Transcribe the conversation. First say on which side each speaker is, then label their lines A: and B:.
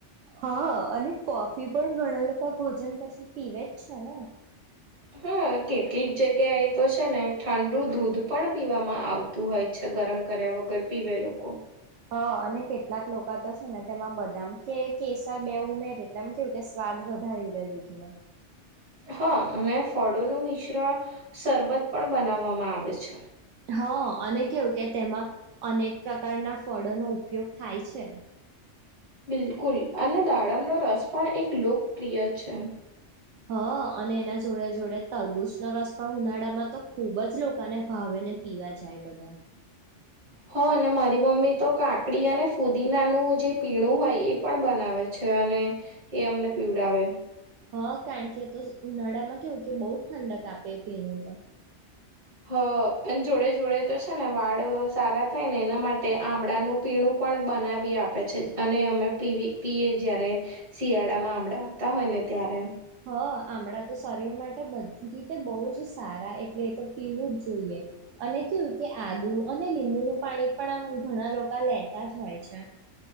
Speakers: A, on the right; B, on the right.
A: હા અને કોફી પણ ઘણા લોકો ભોજન પછી પીવે જ છે ને.
B: હા કેટલીક જગ્યા એ તો છે ને ઠંડુ દૂધ પણ પીવામાં આવતું હોય છે. ગરમ કર્યા વગર પીવે લોકો.
A: હા અને કેટલાક લોકો તો છે ને તેમાં બધા કે કેસર બે ઉમેર એટલે એમ કેવું કે સ્વાદ વધારી રહ દૂધ ન.
B: હા અને ફળોનું મિશ્રણ શબત પણ બનાવવામાં આવે છે.
A: હા અને કેવું કે તેમાં અનેક પ્રકારના ફળોનો ઉપયોગ થાય છે.
B: બિલકુલ અને દાડમનો રસ પણ એક લોકપ્રિય છે.
A: હ અને એના જોડે જોડે તરબૂજનોો રસ પણ ઉનાળામાં તો ખુબ જ લોકોને ભાવે ને પીવે. જો જાય બધા.
B: હ અને મારી મમ્મી તો કાકડી અને ફુદીનાનું જે પીણું હોય એ પણ બનાવે છે. અને એ અમને પીવડાવે.
A: હા કારણ કે તો ઉનાળા માં કેવું કે બહુ જ ઠંડક આપે એ પીનું તો
B: હ અને જોડે જોડે તો છે ને વાળ સારા થાય ને એના માટે આંમળાનું પીણું પણ બનાવી આપે છે અને અમે પીવી પીએ જય્યારે શિયાળામાં આંબળા આવતા હોય ને અ ત્યારે.
A: હ આમણાં તો શરીર માટે બધી રીતે બહુ જ સારા એટલે એ તો પીવું જ જોઈએ. અને કેવું કે આદુ અને લીંબુનું પાણી પણ આમ ઘણા લોકો લેતા જ હોય છે.